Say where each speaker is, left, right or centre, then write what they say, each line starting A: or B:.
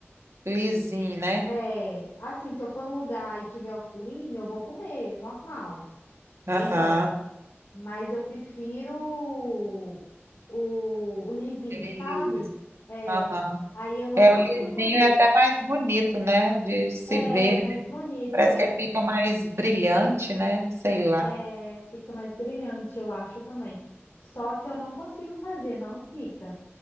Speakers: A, on the right (about 75°); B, on the left (about 85°).
A: Lisinho, né?
B: É, assim, se eu for num lugar e tiver o furinho, eu vou comer, é normal.
A: Aham.
B: Eu gosto, mas eu prefiro o, o lisinho,
A: Ele
B: sabe?
A: é liso.
B: É,
A: Aham.
B: aí eu não
A: É,
B: consigo
A: o lisinho
B: fazer.
A: é até mais bonito, né? De se
B: É
A: ver,
B: mais
A: né?
B: bonito,
A: Parece
B: é,
A: que fica mais brilhante, né? Sei lá.
B: é, fica mais brilhante, eu acho também. Só que eu não consigo fazer, não fica